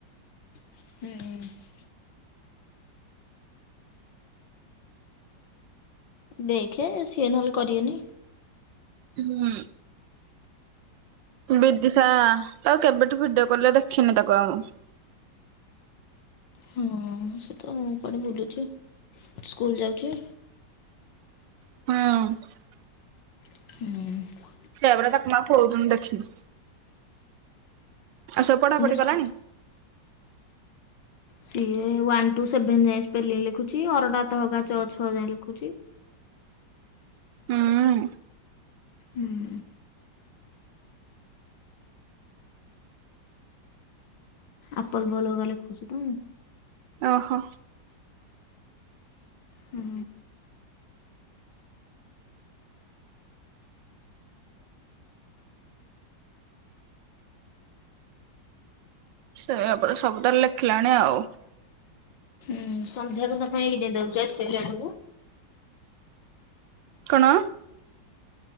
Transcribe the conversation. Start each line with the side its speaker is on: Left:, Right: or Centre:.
Left: ହୁଁ। ଦେଖେ ସିଏ ନହେଲେ କରିବେନି।
Right: ହୁଁ। ବିଦିଶା ତାକୁ କେବେଠୁ ଭିଡିଓ କଲରେ ଦେଖିନି ତାକୁ ଆଉ ମୁଁ।
Left: ହଁ ସେ ତ କୁଆଡେ ବୁଲୁଚି ସ୍କୁଲ ଯାଉଚି।
Right: <unintelligible>
Left: ହୁଁ।
Right: ସେଆ ପରା ତାକୁ ମୁଁ ଆଉ କୋଉଦୁନୁ ଦେଖିନି। ଆଉ ସବୁ ପଢା ପଢି
Left: ସ୍କୁ-
Right: କଲାଣି?
Left: ସିଏ ୱାନ୍ ଟୁ ସେଭେନ ଯାଏଁ ସ୍ପେଲିଂ ଲେଖୁଛି ଅରଟ ଆତ ହକା ଚଅ ଛଅ ଯାଏଁ ଲେଖୁଛି।
Right: ହୁଁ।
Left: ହୁଁ। ଆପଲ ବଲ ହେଗା ଲେଖୁ ଚି ତ?
Right: ଓହୋ।
Left: ହୁଁ।
Right: ସେଇଆ ପରା ସବୁ ତ ଲେଖିଲାଣି ଆଉ।
Left: ହୁ ସନ୍ଧ୍ୟା <unintelligible> ଦଉଛ ଏତେ ଲେଟ କୁ।
Right: କଣ?